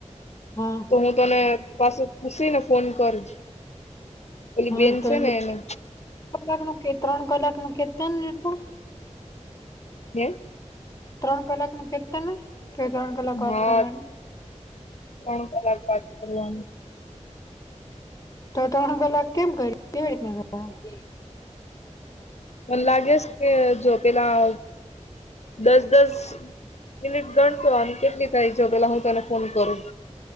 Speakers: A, on the left (about 25°); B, on the left (about 60°).
A: હા
B: તો હું તને પાસું પૂસીને ફોન કરું, ઓલી
A: હા
B: બેન
A: તો
B: સે
A: એમ
B: ને એને.
A: કલાક નું કે ત્રણ કલાક નું કે તન ને પો
B: <unintelligible>
A: ત્રણ કલાક નું કેતા ને? કે ત્રણ કલાક વાત
B: હા
A: કરવાની.
B: ત્રણ કલાક વાત કરવાની
A: તો ત્રણ કલાક કેમ કરી, કેવી રીતના કરવાની?
B: મને લાગે સ કે જો પેલા દસ-દસ મિનિટ ગણતો આમ કેટલી થાય છે, પેલા હું તને ફોન કરું.